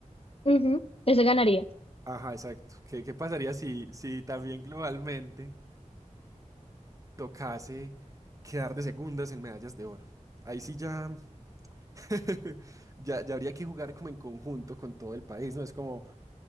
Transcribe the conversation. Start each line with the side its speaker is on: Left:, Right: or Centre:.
Left: ujú, Ese ganaría.
Right: Ajá, exacto. ¿Qué, qué pasaría si, si también globalmente. tocase quedar de segundas en medallas de oro. Ahí sí ya, <laughs> ya, ya habría que jugar como en conjunto con todo el país, ¿no? Es como